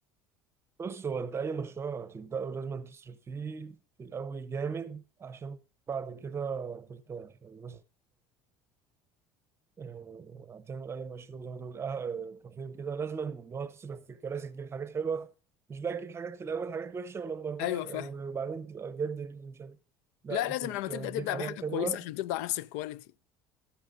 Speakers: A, on the right; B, on the left.
A: بص هو انت اي مشروع هتبدأه لازم تصرف فيه في الاول جامد عشان بعد كده ترتاح يعني مثلا آه، هتعمل اي مشروع زي ما تقول آه، كافيه كده لازم ان هو تصرف في الكراسي تجيب حاجات حلوه مش بقى تجيب حاجات في الاول حاجات وحشه ولما ربنا
B: ايوه فاهم
A: وبعدين تبقى بجد اللي مش عارف لا
B: لا
A: انت
B: لازم لما
A: يعني
B: تبدا
A: تجيب
B: تبدا
A: حاجات
B: بحاجه كويسه
A: حلوه
B: عشان تفضل على نفس الكواليتي